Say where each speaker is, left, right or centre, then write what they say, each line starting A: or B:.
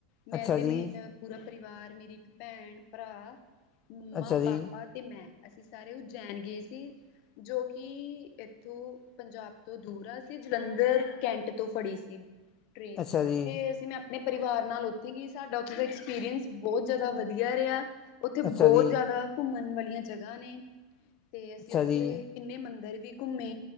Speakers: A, on the left; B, on the left.
A: ਮੈਂ
B: ਅੱਛਾ
A: ਤੇ
B: ਜੀ
A: ਮੇਰਾ ਪੂਰਾ ਪਰਿਵਾਰ, ਮੇਰੀ ਇੱਕ ਭੈਣ, ਭਰਾ, ਮੱਮਾ,
B: ਅੱਛਾ ਜੀ
A: ਪਾਪਾ। ਤੇ ਮੈਂ ਅਸੀਂ ਸਾਰੇ ਉੱਜੈਨ ਗਏ ਸੀ। ਜੋ ਕਿ ਏਥੋਂ ਪੰਜਾਬ ਤੋਂ ਦੂਰ ਆ, ਅਸੀ ਜਲੰਧਰ ਕੈਂਟ ਤੋਂ ਫੜੀ ਸੀ। ਟ੍ਰੇਨ,
B: ਅੱਛਾ ਜੀ
A: ਤੇ ਅਸੀ ਅਪਨੇ ਪਰਿਵਾਰ ਨਾਲ ਓਥੇ ਗੇ ਸਾਡਾ ਓਥੇ ਦਾ ਐਕਸਪੀਰੀਅੰਸ ਬਉਤ ਜਾਦਾ ਵਧੀਆ ਰੇਯਾ। ਓਥੇ
B: ਅੱਛਾ
A: ਬੋਤ
B: ਜੀ
A: ਜਾਦਾ ਘੁੰਮਣ ਵਾਲੀਆਂ ਜਗ੍ਹਾ ਨੇ। ਤੇ ਅਸੀ
B: ਅੱਛਾ
A: ਓਥੇ
B: ਜੀ
A: ਕਿੰਨੇ ਮੰਦਰ ਵੀ ਕੁੱਮੇ।